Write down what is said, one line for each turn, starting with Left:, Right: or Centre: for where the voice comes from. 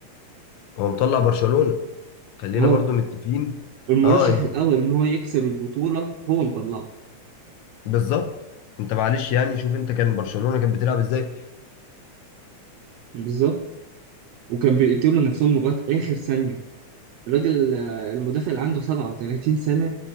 Left: هو مطلع برشلونة خلينا
Right: اه
Left: برضو متفقين
Right: المرشح
Left: اه إن-
Right: الأول إن هو يكسب البطولة هو مطلعه
Left: بالظبط انت معلش يعني شوف انت كان برشلونة كانت بتلعب ازاي
Right: بالظبط وكان بيقتلوا نفسهم لغاية آخر ثانية الراجل آه، المدافع اللي عنده 37 سنة